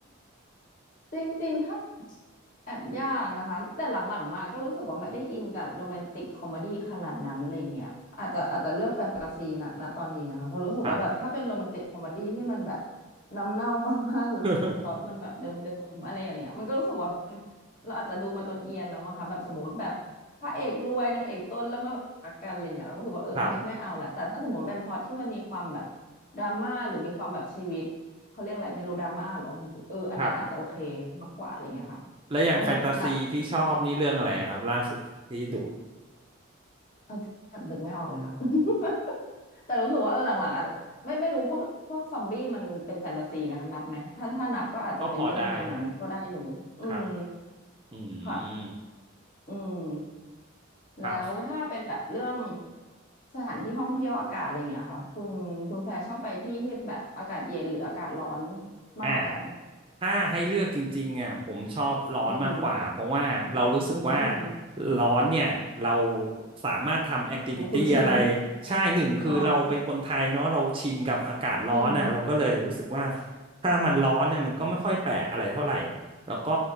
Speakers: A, on the left; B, on the right.
A: จริงๆ ถ้าแอบยากนะคะแต่หลังๆมาก็รู้สึกว่าไม่ได้อินกับโรแมนติกคอมเมดี้ขนาดนั้นอะไรเงี้ยอาจจะอาจจะเลือกแฟนตาซีนะณตอนนี้นะคะเพราะรู้สึกว่าแบบถ้าเป็นโรแมนติกคอมเมดี้ที่มันแบบ
B: ครับ
A: น้ำเน่ามากๆหรือพล็อตมันแบบเดิมๆอะไรอย่างเงี้ยมันก็รู้สึกว่ามัน
B: <laughs>
A: เราอาจจะดูมาจนเอียนแล้วมั้งคะแบบสมมติแบบพระเอกรวยนางเอกจนแล้วมาแบบรักกันอะไรเงี้ยเราก็รู้สึกว่าเออไม่ไม่เอาแหละแต่ถ้าสมมติเป็นพล็อตที่มันมีความแบบ
B: ครับ
A: ดราม่าหรือมีความแบบชีวิต เขาเรียกอะไรเมโลดราม่าเหรอเอออันนั้นอาจจะโอเคมากกว่าอะไรเงี้ยค่ะ
B: ครับแล้วอย่างแฟนตาซีที่ชอบนี่เรื่องอะไรอะครับล่าสุดที่ดู
A: ก็นับนะเอาแบบนึกไม่ออกเลยค่ะ <laughs> แต่รู้สึกว่าเออหลังๆอาจจะไม่ไม่รู้พวกพวกซอมบี้มันเป็นแฟนตาซีไหมคะนับไหมถ้าถ้านับก็อาจจะเป็นเรื่องแนวนั้นก็ได้อยู่อืม
B: ก็พอได้นะครับอื
A: ค่ะ
B: ม
A: อืมแล้วถ้าเป็นแบบเรื่อง
B: ครับ
A: สถานที่ท่องเที่ยวอากาศอะไรอย่างเงี้ยค่ะคุณคุณแฟร์ชอบไปที่ที่แบบอากาศเย็นหรืออากาศร้อนมากกว่ากัน
B: อ่าถ้าให้เลือกจริงๆอ่ะผมชอบร้อนมากกว่าเพราะว่าเรารู้สึกว่า
A: อืมอืม
B: ร้อนเนี่ยเราสามารถทำแอคทิวิตี้อะไร
A: โอ้คุณชิน
B: ใช่หนึ่งคือเราเป็นคนไทยเนาะเราชินกับอากาศร้อนอ่ะเราก็เลยรู้สึกว่า
A: <laughs> เอออืม
B: ถ้ามันร้อนเนี่ยมันก็ไม่ค่อยแปลกอะไรเท่าไหร่แล้วก็